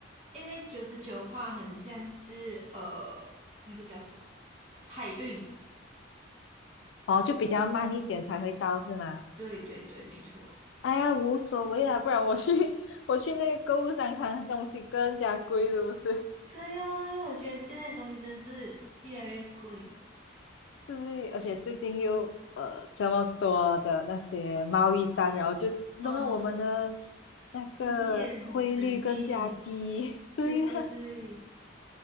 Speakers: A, on the right; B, on the left.
A: 因为九十九的话，很像是呃那个叫什么海运，
B: 哦就比较慢一点才会到是吗？
A: 对对对对，没错。
B: 哎呀，无所谓啦，不然我去 <laughs> 我去那个购物商场，东西更加贵，是不是？
A: 对哦，因为我觉得现在的东西真是越来越贵
B: <laughs> 对，而且最近又呃这么多的那些贸易战，然后就弄得我们的
A: 啊，
B: 那个汇率更加低。
A: 经济也很不稳定。
B: <laughs> 对呀、
A: 对对对，